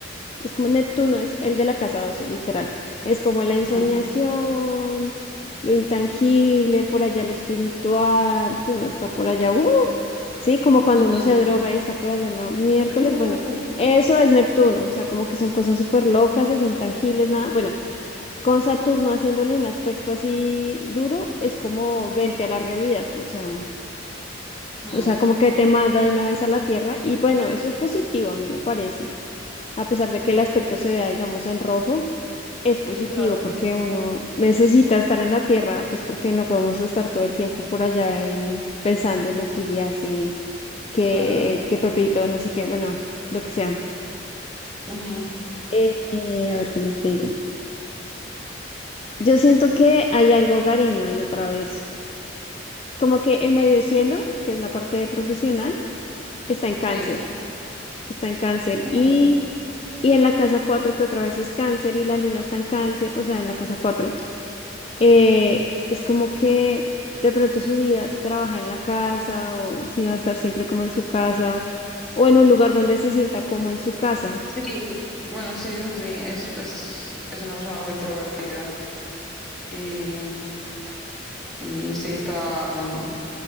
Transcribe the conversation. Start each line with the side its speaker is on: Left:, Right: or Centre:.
Left: es como Neptuno, es el de la casa 12, literal. Es como la ensoñación,
Centre: mm,
Left: lo intangible, por allá lo espiritual, que uno está por allá, ¡uh! Sí, como cuando
Centre: ujú.
Left: uno se droga y está por allá en la miércoles,
Centre: <laughs>
Left: bueno,
Centre: Sí,
Left: eso es Neptuno, o sea, como que son cosas súper locas, así intangibles, nada, bueno, con Saturno haciéndole un aspecto así duro, es como vente a la realidad, o sea,
Centre: mm,
Left: o sea, como que te manda de una vez a la Tierra y bueno, eso es positivo a mí me parece. A pesar de que el aspecto se vea, digamos, en rojo, es positivo
Centre: claro,
Left: porque uno necesita estar en la Tierra, pues porque no podemos estar todo el tiempo por allá en pensando en los guías y que
Centre: claro.
Left: que Pepito, no sé qué, bueno, lo que sea.
Centre: ujú,
Left: Eh, a ver qué más te digo. Yo siento que hay algo hogareño ahí otra vez. como que el medio cielo, que es la parte de profesional, está en cáncer,
Centre: Sí,
Left: está en cáncer
Centre: mm,
Left: y, y en la casa 4 que otra vez es cáncer y la luna está en cáncer, o sea, en la casa cuatro eh, es como que de pronto su vida trabaja en la casa o si va a estar siempre como en su casa o en un lugar donde se sienta como en su casa.
Centre: sí. Bueno, sí, eso sí. Es, es, es una persona algo introvertida. Y, y sí está, mm,